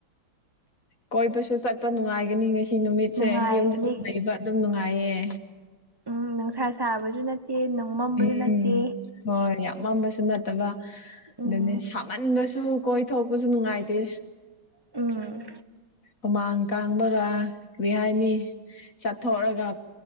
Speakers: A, on the left; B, on the right.
A: ꯀꯣꯏꯕꯁꯨ ꯆꯠꯄ ꯅꯨꯡꯉꯥꯏꯒꯅꯤ ꯉꯁꯤ ꯅꯨꯃꯤꯠꯁꯦ
B: ꯅꯨꯡꯉꯥꯏꯔꯅꯤ
A: ꯌꯨꯝꯗꯁꯨ ꯂꯩꯕ ꯑꯗꯨꯝ ꯅꯨꯡꯉꯥꯏꯌꯦ
B: ꯎꯝ ꯅꯨꯡꯁꯥ ꯁꯥꯕꯁꯨ ꯅꯠꯇꯦ ꯃꯝꯕꯁꯨ
A: ꯎꯝ
B: ꯅꯠꯇꯦ
A: ꯍꯣꯏ ꯌꯥꯝ ꯃꯝꯕꯁꯨ ꯅꯠꯇꯕ
B: ꯎꯝ
A: ꯑꯗꯨꯅꯤ ꯁꯥꯃꯟꯕꯁꯨ ꯀꯣꯏꯊꯣꯛꯄꯁꯨ ꯅꯨꯡꯉꯥꯏꯇꯦ <inaudible>
B: ꯎꯝ
A: ꯍꯨꯃꯥꯡ ꯀꯥꯡꯕꯒ ꯀꯔꯤꯍꯥꯏꯅꯤ ꯆꯠꯊꯣꯛꯔꯒꯥ